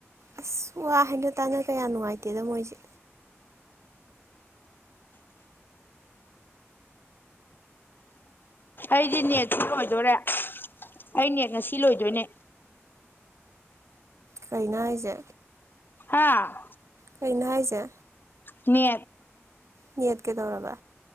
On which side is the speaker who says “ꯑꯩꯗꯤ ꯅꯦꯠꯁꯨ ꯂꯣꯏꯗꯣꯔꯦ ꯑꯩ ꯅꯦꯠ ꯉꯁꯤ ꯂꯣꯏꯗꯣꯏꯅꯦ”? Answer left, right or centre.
Left